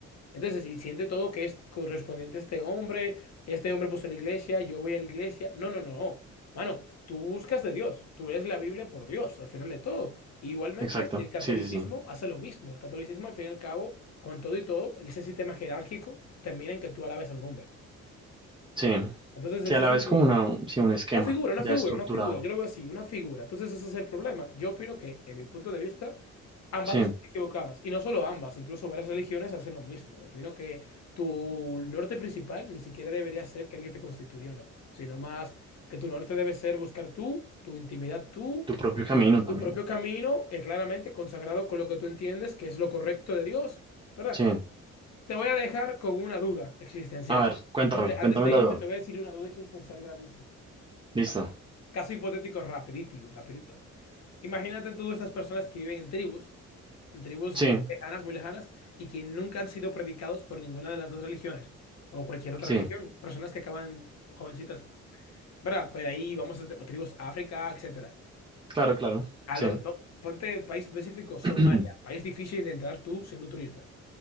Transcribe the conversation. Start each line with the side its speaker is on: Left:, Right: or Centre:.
Left: entonces, si siente todo que es correspondiente a este hombre, este hombre puso la iglesia, yo voy a la iglesia. No, no, no. no. Mano, tú buscas de Dios, tú eres la Biblia por Dios, al final de todo. Igualmente,
Right: exacto,
Left: el catolicismo
Right: sí, sí, sí,
Left: hace lo mismo. El catolicismo, al fin y al cabo, con todo y todo, ese sistema jerárquico termina en que tú alabes a un hombre.
Right: sí,
Left: Entonces, ese
Right: sí, a la
Left: es
Right: vez
Left: un problema.
Right: como una, sí, un esquema
Left: Una figura, una
Right: ya
Left: figura,
Right: estructurado,
Left: una figura. Yo lo veo así, una figura. Entonces ese es el problema. Yo opino que, en mi punto de vista, ambas
Right: sí,
Left: están equivocadas. Y no solo ambas, incluso varias religiones hacen lo mismo. Opino que tu norte principal ni siquiera debería ser que el que te constituyó, no. Sino más que tu norte debe ser buscar tú, tu intimidad tú,
Right: tu propio camino también,
Left: tu propio camino, eh, claramente consagrado con lo que tú entiendes que es lo correcto de Dios, ¿verdad?
Right: sí.
Left: Te voy a dejar con una duda existencial.
Right: A ver, cuéntame,
Left: Antes de, antes
Right: cuéntame
Left: de
Right: la
Left: irme,
Right: duda.
Left: te voy a decir una duda existencial grandísima.
Right: Listo,
Left: Caso hipotético rapidito, rapidito. Imagínate tú esas personas que viven en tribus, en tribus
Right: sí,
Left: muy lejanas, muy lejanas, y que nunca han sido predicados por ninguna de las dos religiones, o cualquier otra
Right: sí,
Left: religión, personas que acaban jovencitas. ¿Verdad? Pero ahí vamos a tribus África, etcétera.
Right: claro, claro,
Left: A
Right: sí,
Left: lo- va- ponte país específico,
Right: <clears throat>
Left: Somalia, país difícil de entrar tú siendo turista.